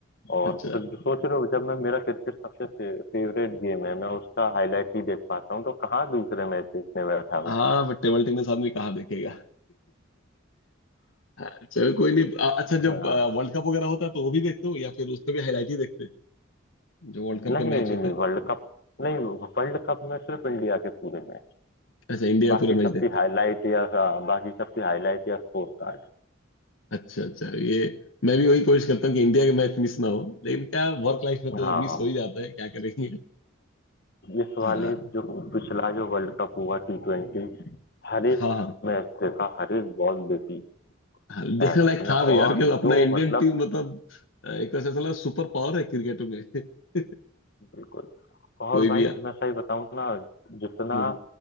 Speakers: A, on the left (about 55°); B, on the left (about 80°).
A: और
B: अच्छा
A: फिर सोच रहे हो जब मैं मेरा क्रिकेट सबसे फे, फेवरेट गेम है मैं उसका हाईलाइट ही देख पाता हूँ तो कहाँ दूसरे मैच देखने बैठा
B: हाँ
A: मैं
B: बट टेबल टेनिस आदमी कहाँ देखेगा हाँ, चलो कोई नहीं अ- अच्छा जब
A: हाँ
B: वर्ल्ड कप वगैरह होता है तो वो भी देखते हो या फिर उसका भी हाईलाइट ही देखते हैं जो वर्ल्ड
A: नहीं
B: कप के
A: नहीं
B: मैच
A: नहीं
B: होते
A: नहीं
B: हैं
A: वर्ल्ड कप नहीं वर्ल्ड कप में सिर्फ इंडिया के पूरे मैच
B: अच्छा इंडिया
A: बाकी
B: के पूरे मैच
A: सबकी
B: देखते
A: हाईलाइट
B: हैं
A: या हाँ, बाकी सबकी हाईलाइट या स्कोर कार्ड
B: अच्छा अच्छा ये मैं भी वही कोशिश करता हूँ कि इंडिया के मैच मिस ना हो लेकिन क्या वर्क लाइफ में तो
A: हाँ
B: मिस
A: हाँ
B: हो ही जाता है क्या करेंगे
A: इस वाले
B: हाँ
A: जो पिछला जो वर्ल्ड कप हुआ टी ट्वेंटी हर
B: हाँ
A: एक
B: हाँ
A: मैच देखा हर एक बॉल देखी
B: हाँ, देखने
A: है
B: लायक
A: ना
B: था भी
A: और
B: यार कि
A: जो
B: अपना इंडियन
A: मतलब
B: टीम मतलब अ, एक तरह से साला सुपर पावर है क्रिकेट में <laughs>
A: बिल्कुल और
B: कोई
A: भाई
B: भी आ-
A: मैं सही बताऊं ना जितना
B: हम्म, हम्म।